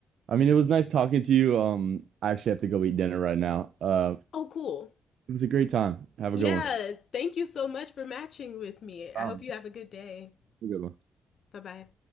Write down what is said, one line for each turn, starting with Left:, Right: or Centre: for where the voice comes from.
Right: I mean, it was nice talking to you. Um, I actually have to go eat dinner right now. Uh,
Left: Oh, cool.
Right: it was a great time. Have
Left: Yeah.
Right: a good one.
Left: Thank you so much for matching with me. I
Right: Um,
Left: hope you have a good day.
Right: have a good one.
Left: Bye bye.